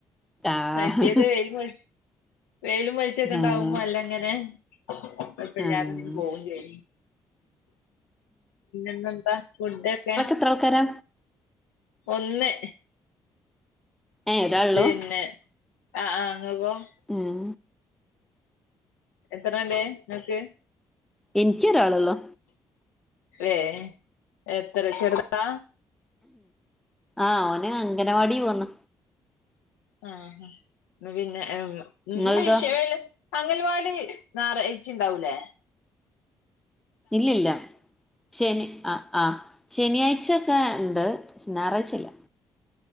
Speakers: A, in the centre; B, on the left.
A: ആഹ്
B: മറ്റിയത് വെലും വെളി വെലും വെളിച്ചൊക്കെണ്ടാവുമ്പോ
A: ആഹ്
B: നല്ല ങ്ങനെ കൊയപ്പല്ലാതെ
A: ആഹ്
B: ങ്ങനെ പോവും <inaudible> പിന്നെ ഇന്നെന്താ ഫുഡേക്കെ
A: ത്ര ആൾക്കാരാ
B: ഒന്ന്.
A: ഏഹ് ഒരാളൊള്ളൂ
B: പിന്നെ ആഹ് ആഹ് ഇങ്ങക്കോ?
A: ഉം
B: എത്രണ്ട് ഇങ്ങക്ക്?
A: ഇൻക്ക്യോരാളൊള്ളൂ.
B: ഏഹ് എത്ര ചെർതാ?
A: ആഹ് ഓന് അംഗനവാടി പോന്ന്.
B: ആഹ് ന്ന് പിന്നെ ന്ന് <unintelligible>
A: ഇങ്ങൾതോ
B: അങ്കൽവാടി ഞായറാഴ്ച്ചിം ണ്ടാവൂലേ?
A: ഇല്ലില്ല. ശനി ആഹ് ആഹ് ശനിയാഴ്ചൊക്കെ ഉണ്ട് ഞായറാഴ്ചല്ല്യ.